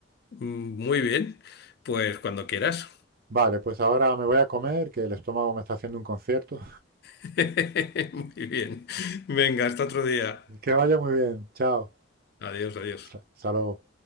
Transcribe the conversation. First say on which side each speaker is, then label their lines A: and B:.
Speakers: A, on the left (about 55°); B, on the right (about 50°).
A: muy bien. Pues cuando quieras.
B: Vale, pues ahora me voy a comer, que el estómago me está haciendo un concierto.
A: <laughs> Muy bien. Venga, hasta otro día.
B: Que vaya muy bien. Chao.
A: Adiós, adiós.
B: Hasta hasta luego.